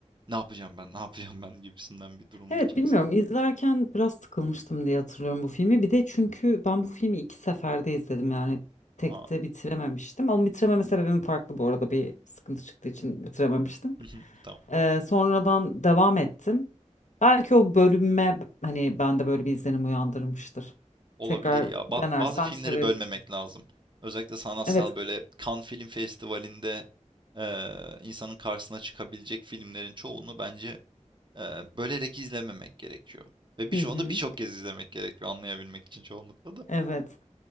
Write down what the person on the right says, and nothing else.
ne yapacağım ben ne yapacağım ben gibisinden bir durumun
içerisinde.
Aa
<laughs> tamam.
Olabilir
ya.
Ba- bazı filmleri
bölmemek lazım. özellikle sanatsal
böyle Cannes Film Festivali'nde eee, insanın karşısına çıkabilecek filmlerin çoğunu bence eee, bölerek izlememek gerekiyor. Ve birçoğunu
birçok kez izlemek gerekiyor anlayabilmek için çoğunlukla da.